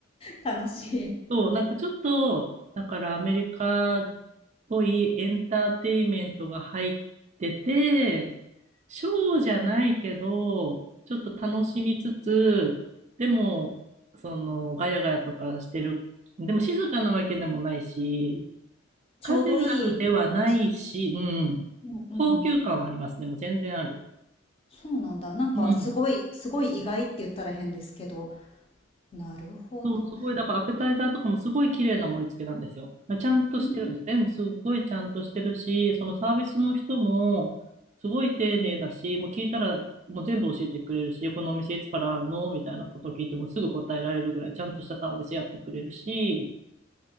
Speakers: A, on the left; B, on the right.
A: 楽しい。
B: そう、なんかちょっと、だからアメリカっぽいエンターテインメントが入ってて、ショーじゃないけど、ちょっと楽しみつつ、でも、その、ガヤガヤとかしてる。でも静かなわけでもないし、
A: ちょうどいい感じ。
B: カジュアルではないし、うん。
A: うんうん。
B: 高級感はありますね。でもう全然ある。
A: そうなんだ。なんかすごいすごい意外って言ったら変ですけど、
B: うん。
A: なるほど。
B: そう、すごい、だからアペタイザーとかもすごい綺麗な盛り付けなんですよ。ちゃんとしてるんですね。
A: うん、
B: 全部すごいちゃんとしてるし、そのサービスの人もすごい丁寧だし、もう聞いたらもう全部教えてくれるし、このお店いつからあんのみたいなこと聞いてもすぐ答えられるぐらいちゃんとしたサービスやってくれるし、